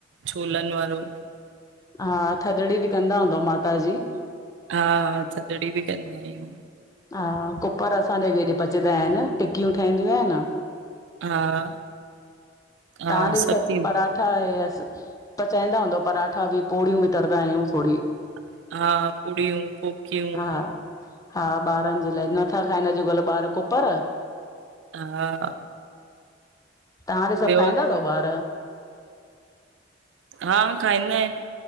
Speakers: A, on the right; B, on the left.
A: छोलनि वारो
B: हा, थदड़ी बि कंदा हूंदव माता जी?
A: हा थदड़ी बि कंदा आहियूं।
B: हां कूपर असांजे व हेॾे पचंदा आहिनि टिकियूं ठहंदियूं आहिनि
A: हा हा
B: तव्हांङे बि सभु
A: थींदो,
B: पंराठा हे पचाईंदा हूंदव पंराठा बि, पुड़ियूं बि तरंदा आहियूं थोरी
A: आहे। हा पुड़ियूं, कोकियूं
B: हा, हा ॿारनि जे लाइ न नथा खाइनि अॼुकल्ह ॿार कूपर
A: हा
B: तव्हांॾे सभु
A: ॿियो
B: खाईंदा तव ॿार?
A: हा खाईंदा आहिनि,